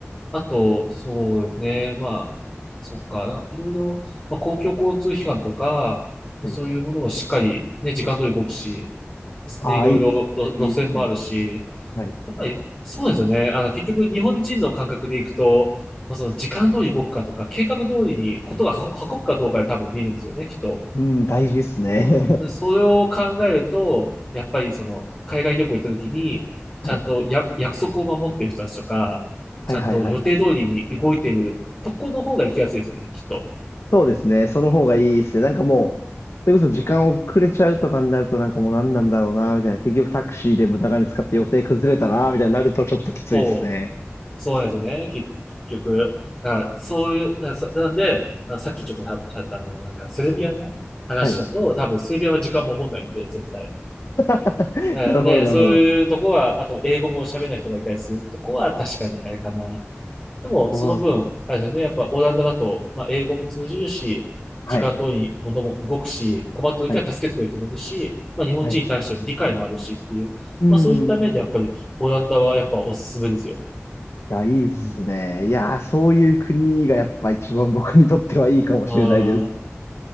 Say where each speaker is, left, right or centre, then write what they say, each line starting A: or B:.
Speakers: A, on the left; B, on the left.
A: あと、そうですね。まあ、そっか、いろいろ、まあ、公共交通機関とか、
B: はい。
A: そういうものをしっかりね、時間通り動くし、
B: ああ、
A: ね、いろいろ路路線もあるし、
B: いいですね。いいですね。はい。
A: はい、そうですよね。あの、結局日本人の感覚でいくと、まあ、その時間通り動くかとか、計画通りにことがは運ぶかどうかで多分見るんですよね、きっと。
B: うん、大事ですね。
A: でそれを考えると、やっぱりその海外旅行行った時に、
B: はい。
A: ちゃんとや約束を守ってる人たちとか、
B: はいはいはいはい。
A: ちゃんと予定通りに動いてるとこの方が行きやすいですよね、きっと。
B: そうですね。その方がいいですね。なんかもう、それこそ時間遅れちゃうとかになるとなんかもう何なんだろうな、みたいな。結局タクシーで無駄金使って予定崩れたな、みたいになるとちょっときついですね。
A: そうそうなんですよね、結結局。あ、そういう、な、そなので、あ、さっきちょっとしゃったあの、なんか、セルビアの話だと、
B: はい。
A: 多分、セルビアは時間守んないんで、絶対。
B: <laughs>
A: えね、
B: なるほどなるほど。
A: そういうとこは、あと、英語も喋れない人がいたりするとこは、確かにあれかな。でも、
B: そうっす。
A: その分、あれですよね、やっぱ、オランダだと、まあ、英語も通じるし、
B: はい。
A: 時間通りに物も動くし、困った時は助けてくれる人もいるし、
B: はい。
A: まあ、日本人に対しての理解もあるしっていう、
B: はい。うん。
A: まあ、そういった面で、
B: い
A: やっぱり、オランダはやっぱおすすめですよ。
B: や、いいっすね。
A: うん。
B: いや、そういう国がやっぱ一番僕にとってはいいかもしれないです。
A: うん